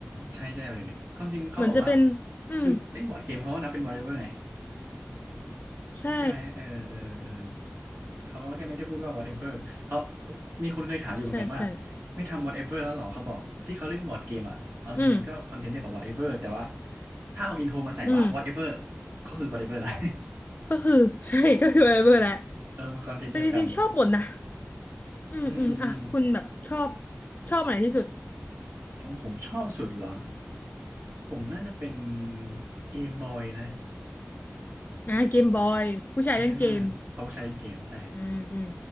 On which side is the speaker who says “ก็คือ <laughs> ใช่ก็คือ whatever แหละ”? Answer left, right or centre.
Left